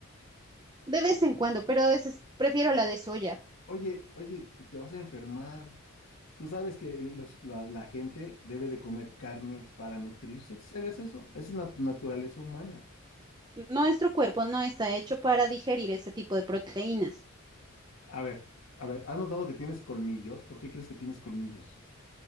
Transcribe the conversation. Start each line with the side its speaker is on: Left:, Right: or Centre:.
Right: de vez en cuando, pero a veces prefiero la de soya.
Left: Oye, oye, te, te vas a enfermar. Tú sabes que los- la, la gente debe de comer carne para nutrirse. ¿Tú sabías eso? Esa es la naturaleza humana.
Right: Nuestro cuerpo no está hecho para digerir ese tipo de proteínas.
Left: A ver, a ver, ¿has notado que tienes colmillos? ¿Por qué crees que tienes colmillos?